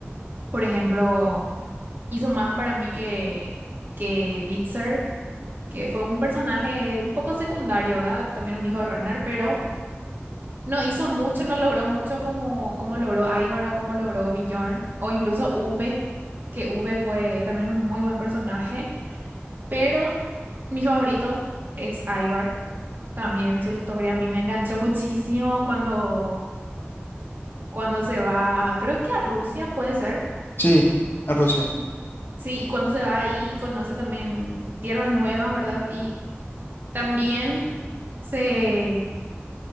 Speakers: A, on the right; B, on the left.
A: Por ejemplo, hizo más para mí que, que Bitzer, que fue un personaje un poco secundario, ¿verdad? También un hijo de Ragnar, pero no hizo mucho, no logró mucho como, como logró Ivar o como logró Bjorn, o incluso V, que V fue también un muy buen personaje, pero mi favorito es Ivar. También su historia a mí me enganchó muchísimo cuando, cuando se va, creo que a Rusia puede ser.
B: Sí, a Rusia.
A: Sí, y cuando se va ahí conoce también tierras nuevas, ¿verdad? Y también se,